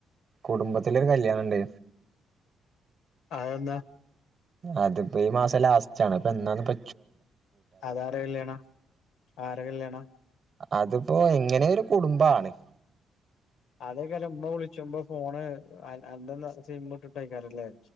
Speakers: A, on the right; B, on the left.
A: കുടുംബത്തിലെ കല്യാണുണ്ട്
B: അതെന്താ
A: അത്പ്പം ഈ മാസം ലാസ്റ്റാണ് ഇപ്പൊ എന്നാണ് ഇപ്പ
B: അതര കല്യാണ ആര കല്യാണ
A: അതിപ്പോ എങ്ങനെയ ഒരു കുടുംബാണ്
B: അതേക്കാല ഉമ്മ വിളിച്ച്പോ ഫോണ് എന്ത സിമ്മ്ട്ടായിക്കാരാല്ലേ